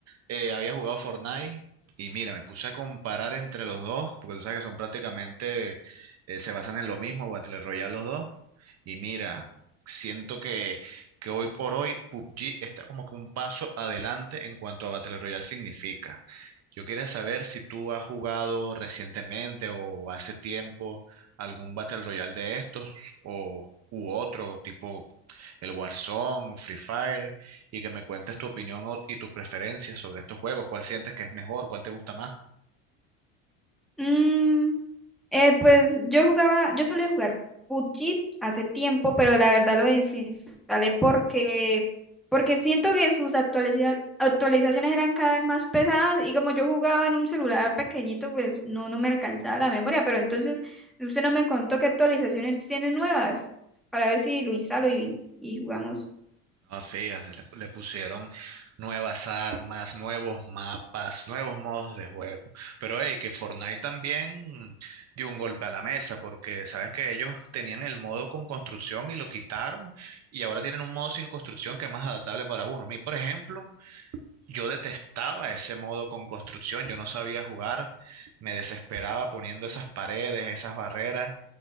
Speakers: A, on the right; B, in the centre.
A: eh, había jugado Fortnite y mira, me puse a comparar entre los dos, porque tú sabes que son prácticamente, eh, se basan en lo mismo, Battle Royale los dos. Y mira, siento que, que hoy por hoy PUBG está como que un paso adelante en cuanto a Battle Royale significa. Yo quería saber si tú has jugado recientemente o hace tiempo algún Battle Royale de estos o u otro tipo el Warzone, Free Fire y que me cuentes tu opinión o- y tus preferencias sobre estos juegos. ¿Cuál sientes que es mejor? ¿Cuál te gusta más?
B: Mm, Eh, pues yo jugaba, yo solía jugar PUBG hace tiempo, pero la verdad lo desinstalé porque, porque siento que sus actualiza- actualizaciones eran cada vez más pesadas y como yo jugaba en un celular pequeñito, pues no, no me alcanzaba la memoria, pero entonces usted no me contó qué actualizaciones tiene nuevas para ver si lo instalo y, y jugamos.
A: Ah, fíjate, le le pusieron nuevas armas, nuevos mapas, nuevos modos de juego. Pero hey, que Fortnite también dio un golpe a la mesa, porque sabes que ellos tenían el modo con construcción y lo quitaron, y ahora tienen un modo sin construcción que es más adaptable para uno. A mí, por ejemplo, yo detestaba ese modo con construcción, yo no sabía jugar, me desesperaba poniendo esas paredes, esas barreras